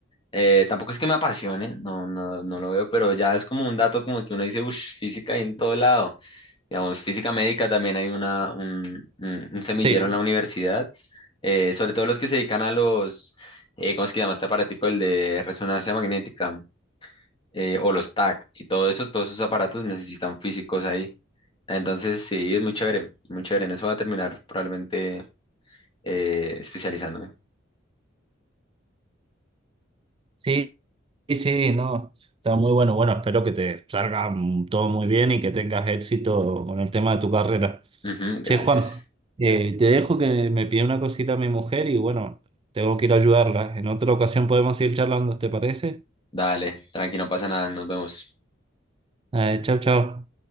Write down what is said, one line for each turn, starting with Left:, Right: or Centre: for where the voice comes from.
Left: Eh, tampoco es que me apasione, no, no, no lo veo, pero ya es como un dato como que uno dice, uff, física hay en todo lado. Digamos, física médica también hay una, un, un- un semillero
Right: Sí,
Left: en la universidad, eh, sobre todo los que se dedican a los, eh, ¿cómo es que se llama este aparatico? El de resonancia magnética eh, o los TAC y todo eso, todos esos aparatos necesitan físicos ahí. Entonces, sí, es muy chévere, muy chévere. En eso voy a terminar probablemente eh, especializándome.
Right: sí, sí, no, está muy bueno. Bueno, espero que te salga mm, todo muy bien y que tengas éxito con el tema de tu carrera.
Left: Ujú, gracias.
Right: Che, Juan, eh, te dejo que me pide una cosita a mi mujer y bueno, tengo que ir a ayudarla. En otra ocasión podemos ir charlando, ¿te parece?
Left: Dale, tranqui, no pasa nada, nos vemos.
Right: Eh, chao, chao.